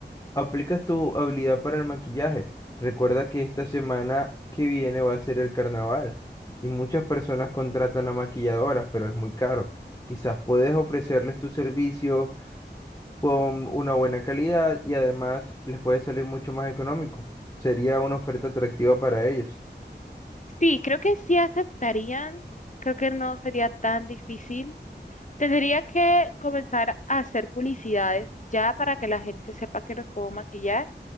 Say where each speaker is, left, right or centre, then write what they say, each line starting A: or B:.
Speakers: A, on the left; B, on the left.
A: aplicas tu habilidad para el maquillaje? Recuerda que esta semana que viene va a ser el carnaval y muchas personas contratan a maquilladoras, pero es muy caro. Quizás puedes ofrecerles tus servicios con una buena calidad y además les puede salir mucho más económico. Sería una oferta atractiva para ellos.
B: sí, creo que sí aceptarían. Creo que no sería tan difícil. Tendría que comenzar a hacer publicidades ya para que la gente sepa que los puedo maquillar,